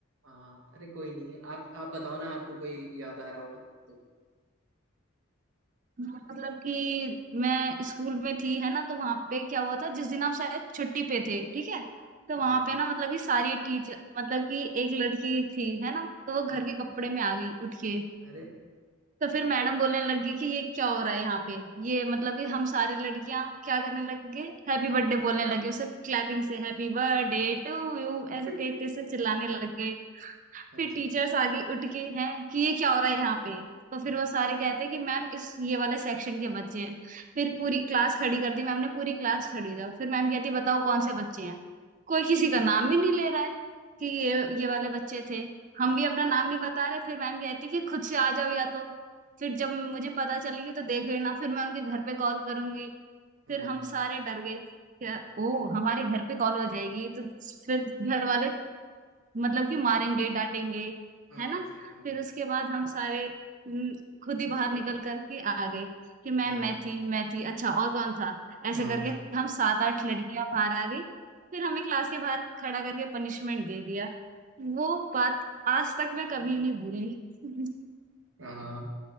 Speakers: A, on the right; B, on the right.
A: हाँ अरे कोई नहीं आप आप बताओ ना आपको कोई याद आ रहा होगा फिर तो
B: मतलब कि मैं स्कूल में थी है ना तो वहां पे क्या हुआ था जिस दिन आप शायद छुट्टी पे थे ठीक है तो
A: हाँ
B: वहां पे ना मतलब कि सारी टीचर मतलब कि एक लड़की थी है ना तो वो घर
A: अच्छा
B: के कपड़े में आ गई उठ के
A: अरे
B: तो फिर मैडम बोलने लगी कि ये क्या हो रहा है यहाँ पे ये मतलब कि हम सारे लड़कियां क्या करने लग गए हैप्पी बर्थडे बोलने लगे उसे क्लैपिंग से हैप्पी बर्थडे टू यू
A: <laughs>
B: ऐसे तेज तेज से चिल्लाने लग गए फिर
A: अच्छा
B: टीचर्स आगे उठ के हैं कि ये क्या हो रहा है यहाँ पे तो फिर
A: हाँ
B: वो सारे कहते हैं कि मैम इस ये वाले सेक्शन के बच्चे हैं फिर
A: हाँ
B: पूरी क्लास खड़ी कर दी मैम ने पूरी क्लास खड़ी हो जाओ फिर मैम कहती है बताओ कौन से बच्चे हैं कोई किसी का नाम ही नहीं ले रहा है कि ये ये वाले बच्चे थे हम भी अपना नाम नहीं बता रहे फिर मैम कहती है कि खुद से आ जाओ या तो फिर जब मुझे पता चलेगी तो देख लेना फिर मैं उनके घर पे कॉल करूंगी
A: हाँ
B: फिर हम सारे डर गए क्या ओ हमारे घर पे कॉल हो जाएगी तो फिर घर वाले मतलब कि मारेंगे डांटेंगे
A: हाँ,
B: है ना
A: सही बात
B: फिर
A: है
B: उसके बाद हम सारे हम्म, खुद ही बाहर निकल कर के आ गए कि मैम
A: हाँ
B: मैं थी मैं थी अच्छा और कौन था ऐसे
A: हाँ
B: करके हम सात आठ लड़कियां बाहर आ गई फिर हमें क्लास के बाहर खड़ा करके पनिशमेंट दे दिया वो बात आज तक मैं कभी नहीं भूली <laughs>
A: हाँ